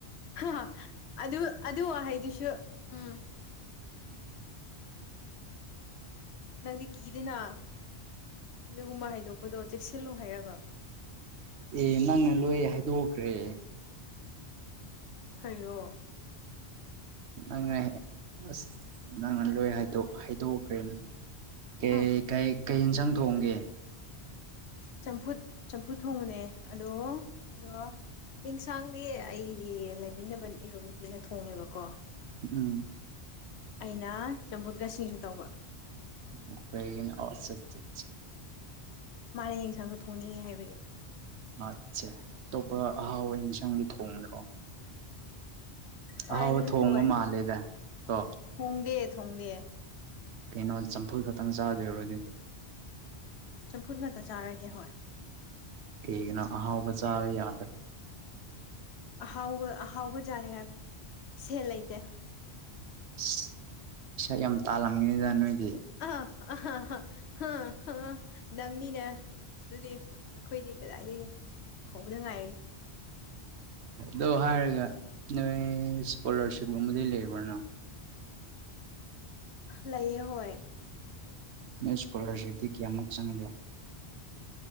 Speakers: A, on the left; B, on the right.
A: ꯍꯥ ꯍꯥ ꯑꯗꯨ ꯑꯗꯨ ꯋꯍꯩꯗꯨꯁꯨ ꯎꯝ ꯅꯪꯗꯤ ꯀꯤꯗꯦꯅ ꯑꯗꯨꯒꯨꯝꯕ ꯍꯥꯏꯗꯣꯛꯄꯗꯣ ꯆꯦꯛꯁꯤꯜꯂꯨ ꯍꯥꯏꯌꯒ
B: ꯑꯦ ꯅꯪꯅ ꯂꯣꯏ ꯍꯥꯏꯗꯣꯛꯈ꯭ꯔꯦ
A: ꯀꯩꯅꯣ
B: ꯅꯪꯅ ꯑꯁ ꯅꯪꯅ ꯂꯣꯏ ꯍꯥꯏꯗꯣꯛ ꯍꯥꯏꯗꯣꯛꯈ꯭ꯔꯦꯅꯦ ꯀꯩ
A: ꯑꯥ
B: ꯀꯩ ꯀꯩ ꯏꯟꯁꯥꯡ ꯊꯣꯡꯒꯦ
A: ꯆꯝꯐꯨ ꯆꯝꯐꯨ ꯊꯣꯡꯕꯅꯦ ꯑꯗꯣ ꯑꯗꯣ ꯌꯦꯟꯁꯥꯡꯗꯤ ꯑꯩꯒꯤ ꯂꯩꯃꯤꯟꯅꯕ ꯏꯔꯨꯞ ꯅꯨꯄꯤ ꯅꯠꯇ ꯊꯣꯡꯉꯦꯕꯀꯣ
B: ꯎꯝ
A: ꯑꯩꯅ ꯆꯝꯐꯨꯠꯀ ꯁꯤꯖꯨ ꯇꯧꯕ
B: ꯑꯣ ꯀꯩꯒꯤ ꯁꯥ ꯁꯥ ꯁꯥ
A: ꯃꯥꯅ ꯌꯦꯡꯁꯥꯡꯗꯣ ꯊꯣꯡꯅꯤꯡꯉꯦ ꯍꯥꯏꯕꯒꯤ
B: ꯑꯠꯁꯦ ꯑꯇꯣꯞꯄ ꯑꯍꯥꯎꯕ ꯑꯦꯟꯁꯪꯗꯤ ꯊꯣꯡꯗ꯭ꯔꯣ
A: ꯀꯥꯏꯗꯩꯅꯣ
B: ꯑꯍꯥꯎꯕ ꯊꯣꯡꯕ
A: ꯍꯋꯥꯎ
B: ꯃꯥꯜꯂꯦꯗ ꯀꯣ
A: ꯊꯣꯡꯗꯦ ꯊꯣꯡꯗꯦ
B: ꯀꯩꯅꯣ ꯆꯝꯐꯨꯜ ꯈꯛꯇꯪ ꯆꯥꯗꯣꯏꯔꯣ ꯑꯗꯨꯗꯤ
A: ꯆꯝꯐꯨꯠ ꯉꯇ ꯆꯥꯔꯒꯦ ꯍꯣꯏ
B: ꯀꯩꯒꯤꯅꯣ ꯑꯍꯥꯎ ꯕꯆꯥꯥ ꯌꯥꯗꯔꯣ
A: ꯑꯍꯥꯎꯕ ꯑꯍꯥꯎꯕ ꯌꯥꯥꯅꯤꯡꯉꯥꯏ ꯁꯦꯜ ꯂꯩꯇꯦ
B: ꯏꯁ ꯄꯩꯁꯥ ꯌꯥꯝ ꯇꯔꯝꯃꯤꯗ ꯅꯣꯏꯗꯤ
A: <unintelligible> ꯅꯪꯅꯤꯅꯦ ꯑꯗꯨꯗꯤ ꯑꯩꯈꯣꯏꯗꯤ ꯀꯗꯥꯏꯗꯒꯤ ꯍꯧꯕꯗ ꯉꯥꯏꯔꯤ
B: ꯑꯗꯣ ꯍꯥꯏꯔꯒ ꯅꯣꯢ ꯏꯁꯀꯣꯂꯥꯔꯁꯤꯞ ꯀꯨꯝꯕꯗꯤ ꯂꯩꯕ꯭ꯔ ꯅꯪ
A: ꯂꯩꯥꯏꯌꯦ ꯍꯣꯏ
B: ꯅꯣꯢ ꯏꯁꯀꯣꯂꯔꯁꯤꯞ ꯇꯤ ꯀꯌꯥꯃꯨꯛ ꯆꯪꯒꯦ